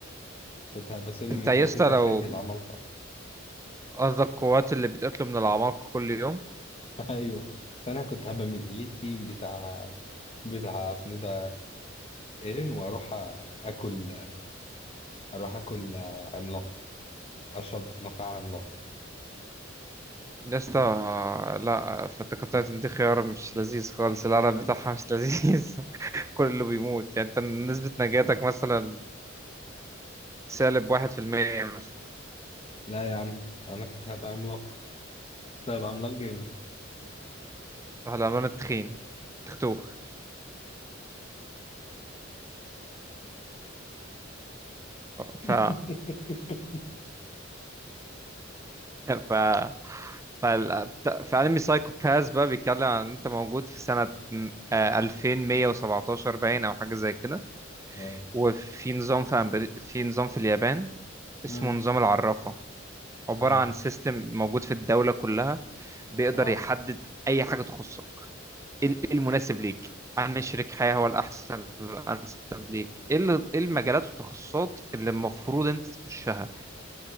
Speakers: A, on the left; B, on the right.
A: كنت هبقى سوري
B: انت
A: من
B: يا
A: قوات
B: اسطى
A: مكافحة
B: لو
A: العمالقة
B: قصدك قوات اللي بتقتله من العمالقة كل يوم
A: <laughs> ايوه بس انا كنت هبقى من الاليت تيم بتاع بتاع اسمه ده ايرين واروح أ- اكل اروح اكل عملاق اشرب نخاع عملاق
B: يا اسطى آه، لا فانت تايتن دي خيار مش لذيذ خالص العالم بتاعها مش لذيذ <laughs> كله بيموت يعني انت نسبة نجاتك مثلا سالب واحد في المية مثلا
A: لا يا عم انا كنت هبقى عملاق كنت هبقى عملاق جامد
B: صح العملان التخين تختوخ ف
A: <laughs>
B: <laughs> ف فال... بت- في انمي سايكو باس بقى بيتكلم عن إن انت موجود في سنة م- آه، 2117 باين او حاجة زي كده
A: اه
B: وفي نظام في أمبر... في نظام في اليابان اسمه
A: مم.
B: نظام العرافة عبارة
A: اه
B: عن سيستم موجود في الدولة كلها بيقدر
A: اه
B: يحدد اي حاجة تخصك ايه ال- إيه المناسب ليك عن شريك حياة هو الأحسن الأنسب ليك إيه ال- إيه المجالات والتخصصات اللي المفروض أنت تخشها